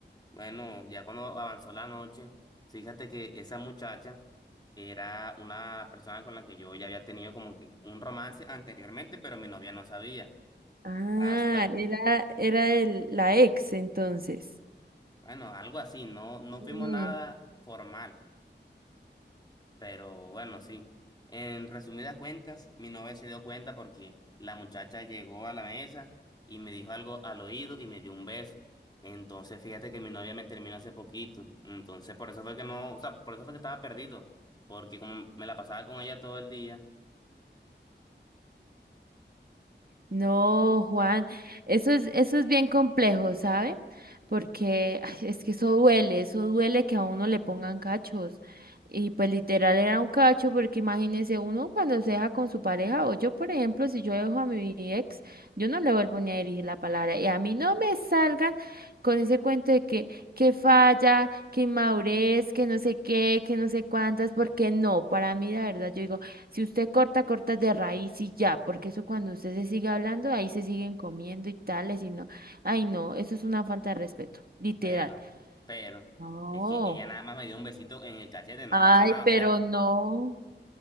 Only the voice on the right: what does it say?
Ah,
era, era el, la ex entonces.
Mm.
No, Juan, eso es, eso es bien complejo, ¿sabe? Porque ay, es que eso duele, eso duele que a uno le pongan cachos. Y pues literal era un cacho, porque imagínese uno cuando se deja con su pareja, o yo, por ejemplo, si yo dejo a mi ex, yo no le vuelvo ni a dirigir la palabra. Y a mí no me salgan con ese cuento de que, que falla, que inmadurez, que no sé qué, que no sé cuántas, porque no, para mí la verdad, yo digo. Si usted corta, corta de raíz y ya, porque eso cuando usted se sigue hablando, ahí se siguen comiendo y tales y no. Ay, no, eso es una falta de respeto, literal.
No,
Ay,
pero
no.